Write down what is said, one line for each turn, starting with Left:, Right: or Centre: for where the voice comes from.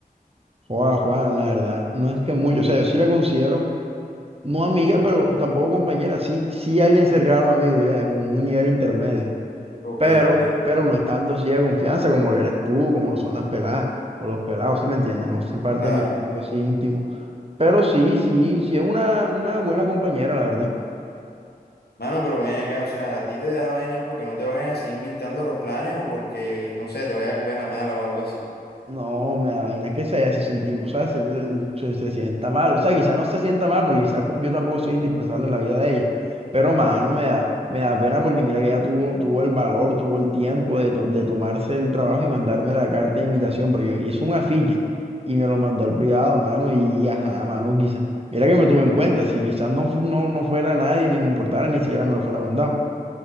Right: Juan, Juan, la verdad, no es que mucho, o sea, yo sí la considero, no amiga, pero tampoco compañera, sí, sí alguien cercano amigo, ya, como un nivel intermedio,
Left: Ok,
Right: pero,
Left: ok,
Right: pero no es tanto así de confianza como lo eres tú, como lo son las peladas, o los pelados, ¿sí me entiendes? No se parte
Left: claro.
Right: de mi grupo así íntimo, pero sí, sí, sí es una, una buena compañera, la verdad.
Left: Mano, pero ven acá, o sea, a ti te da vaina es porque no te vayan así invitando a los planes o porque, no sé, te vaya a coger la mala o algo así.
Right: No, me da vaina que se haya se senti- o sea, se, se- se sienta mal. O sea, quizá no se sienta mal porque quizá yo tampoco soy indispensable en la vida de ella. Pero más,
Left: Ah.
Right: no me da, me da pena porque mira que ella tuvo, tuvo el valor, tuvo el tiempo de, to- de tomarse el trabajo y mandarme la carta de invitación porque hizo un afiche y me lo mandó al privado, mano, y, y ajá, mano, quizá. Mira que me tuve en cuenta, si quizás no, fu- no, no fuera nadie, ni le importara, ni siquiera me lo fuera mandado.